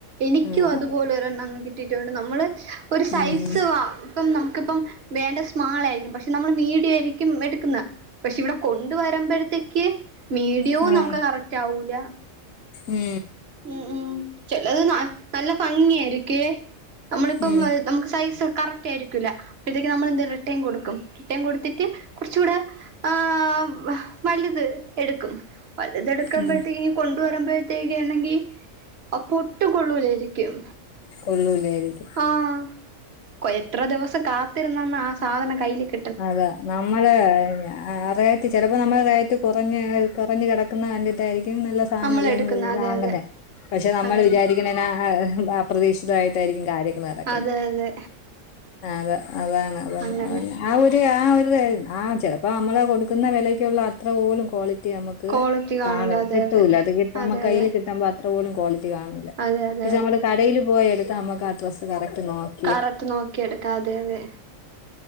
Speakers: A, on the right; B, on the left.
A: എനിക്കും
B: ഉം
A: അതുപോലെ
B: അത്
A: ഒരെണ്ണങ്ങ് കിട്ടിയിട്ടുണ്ട് നമ്മള് ഒരു സൈസ്
B: ഉം
A: വാ പ്പം നമുക്കിപ്പം വേണ്ട സ്മാൾ ആയിരിക്കും പക്ഷെ നമ്മള് മീഡിയായിരിക്കും ക്കും എടുക്കുന്ന പക്ഷെ ഇവിടെ കൊണ്ട് വരുമ്പോഴത്തേക്ക് മീഡിയോ
B: ഉം
A: നമക്ക് കറക്റ്റ് ആവൂല
B: ഉം
A: ഉ ഉം ചെലത് ന നല്ല ഭംഗിയായിരിക്കേ നമ്മളിപ്പം
B: ഉം
A: നമുക്ക് സൈസ് കറക്റ്റ് റ്റാ ആയിരിക്കൂല അ പ്പഴത്തേക്ക് നമ്മൾ എന്ത റിട്ടേൺ കൊടുക്കും റിട്ടേൺ കൊടുത്തിട്ട് കുറചൂടെ ആഹ് വലുത് എടുക്കും വെലുതടുക്കുമ്പഴത്തേക്ക്
B: ഉം
A: കൊണ്ട് വരുമ്പോഴത്തേക്ക് നങ്കി അപ്പൊ ഒട്ടും കൊള്ളൂലായിരിക്കും
B: കൊള്ളൂലേയിരികും
A: ആഹ് കൊ എത്ര ദിവസം കാത്തിരുന്നന്ന ആ സാധനം കയ്ൽകിട്ട
B: അതെ നമ്മള് ആ റേറ്റ് ചിലപ്പോ നമ്മൾ ആ റേറ്റ് കുറഞ്ഞ കുറഞ് കിടക്കുന്ന കണ്ടിയിട്ടായിരിക്കും നല്ല സാനം
A: നമ്മൾ
B: അല്ലേന്ന്
A: എടുക്കുന്ന
B: പറഞ്ഞ്
A: അതെ
B: വാങ്ങുന്നെ
A: അതെ
B: പക്ഷെ നമ്മൾ
A: അതെ അതെ
B: വിചാരിക്കുന്നേ അപ്രതീക്ഷിതമായിട്ടായിരക്കും കാര്യങ്ങൾ നടക്
A: അതെ അതെ
B: ആഹ് അതാ അതാണ് അപ്പം
A: അങ്ങനെ
B: ആ ഒരു ആ ഒരു ആ ചിലപ്പോ നമ്മള് കൊടുക്കുന്ന വിലക്കുള്ള അത്ര പോലും ക്വാളിറ്റി കിട്ടി നമ്മക്ക്
A: ക്വാളിറ്റി കാണൂല
B: കാണും
A: അതെ
B: കിട്ടൂല
A: അതെ
B: അത് കിട്ടു നമ്മു
A: അതെ
B: കയ്യിൽ
A: അതെ
B: കിട്ടുമ്പോ അത്ര പോലും ക്വാളിറ്റി കാണൂല്ല
A: അതെ അതെ
B: പക്ഷെ
A: അതെ
B: നമ്മള് കടയിൽ പോയ എടുത്ത് നമുക്ക് ആ ഡ്രസ്സ് കറക്റ്റ് നോക്കാം
A: കറക്റ്റ് നോക്കിയെടുക്കാം അതെ അതെ